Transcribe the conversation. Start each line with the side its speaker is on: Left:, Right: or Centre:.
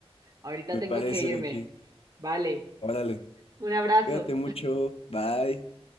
Right: Ahorita
Left: me
Right: tengo
Left: parece,
Right: que irme.
Left: Vicky.
Right: Vale,
Left: Órale,
Right: un abrazo.
Left: cuídate mucho, bye.